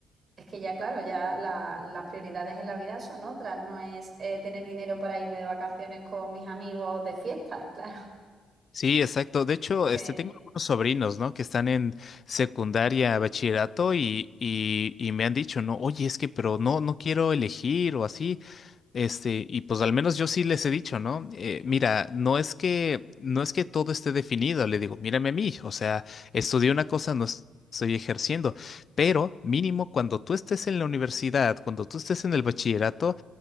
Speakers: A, on the right (about 45°); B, on the left (about 45°).
A: es que ya, claro, ya la- las prioridades en la vida son otras. No es eh, tener dinero para irme de vacaciones con mis amigos de fiestas, <laughs> claro.
B: Sí, exacto. De hecho,
A: Porque
B: este, tengo algunos sobrinos, ¿no? Que están en secundaria, bachillerato y, y, y me han dicho, no, oye, es que, pero no, no quiero elegir o así. Este, y pues al menos yo sí les he dicho, ¿no? Eh, mira, no es que, no es que todo esté definido. Le digo, mírame a mí. O sea, estudié una cosa, no es- estoy ejerciendo, pero mínimo cuando tú estés en la universidad, cuando tú estés en el bachillerato,